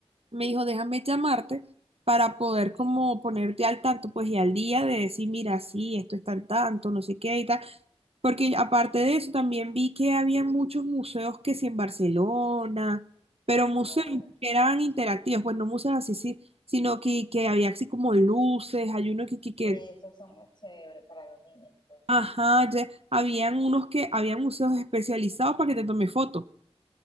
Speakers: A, on the right; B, on the left.
A: me dijo, déjame llamarte para poder como ponerte al tanto, pues y al día de decir, mira, sí, esto está al tanto, no sé qué y tal. Porque aparte de eso, también vi que había muchos museos que sí en Barcelona, pero museos
B: claro.
A: que eran interactivos, pues no museos así, sí, sino que, que había así como luces, hay uno que, que, que-
B: Esos son muy chéveres para los niños, pues.
A: ajá, ya- habían unos que, habían museos especializados para que te tome fotos. O